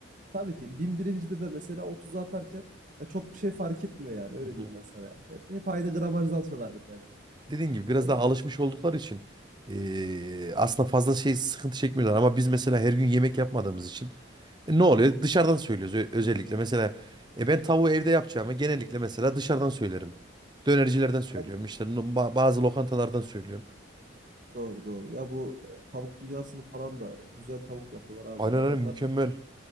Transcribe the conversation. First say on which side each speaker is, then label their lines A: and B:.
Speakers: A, on the right (about 40°); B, on the right (about 20°).
A: tabii ki bin birincide de mesela o tuzu atarken ya çok bir şey fark etmiyor yani. Öyle
B: Hı hı.
A: diyeyim ben sana yani. Hep, hep aynı gramajda atıyorlardı bence.
B: Dediğin gibi biraz
A: Öyle
B: daha
A: bir
B: alışmış
A: durum var.
B: oldukları için eee, aslında fazla şey sıkıntı çekmiyorlar. Ama biz mesela her gün yemek yapmadığımız için e, ne oluyor? Dışarıdan söylüyoruz ö- özellikle. Mesela e, ben tavuğu evde yapacağımı genellikle mesela dışarıdan söylerim. Dönercilerden söylüyorum.
A: Ben de.
B: İşte no- ba- bazı lokantalardan söylüyorum.
A: Doğru doğru. Ya bu e, tavuk dünyasını falan da güzel tavuk yapıyorlar abi.
B: Aynen
A: Adamlar
B: aynen mükemmel.